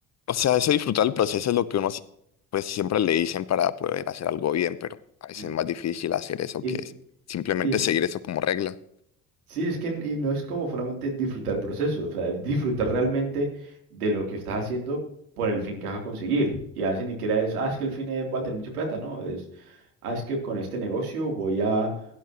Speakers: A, on the left; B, on the right.
A: o sea, eso disfrutar el proceso es lo que uno si- pues siempre le dicen para poder hacer algo bien, pero a veces
B: Ujú.
A: es más difícil hacer eso
B: Y,
A: que es simplemente
B: y es-
A: seguir eso como regla.
B: sí, es que n- y no es como solamente disfrutar el proceso, o sea, es disfrutar realmente de lo que estás haciendo por el fin que vas a conseguir. Y a veces ni siquiera es, ah, es que el fin es, va a tener mucha plata, no, es, ah, es que con este negocio voy a